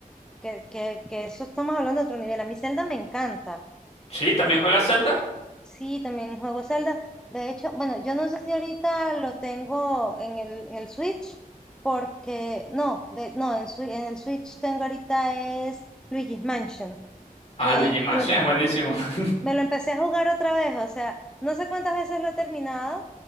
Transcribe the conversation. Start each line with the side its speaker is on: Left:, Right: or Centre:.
Centre: que, que, que eso estamos hablando de otro nivel. A mí Zelda me encanta.
Left: Sí, también juega Zelda.
Centre: Sí, también juego Zelda. De hecho, bueno, yo no sé si ahorita lo tengo en el, en el Switch, porque no, de, no, en, Swi- en el Switch tengo ahorita es Luigi's Mansion.
Left: Ah,
Centre: que
Left: Luigi Mansion
Centre: me lo,
Left: es buenísimo. <laughs>
Centre: me lo empecé a jugar otra vez, o sea, no sé cuántas veces lo he terminado,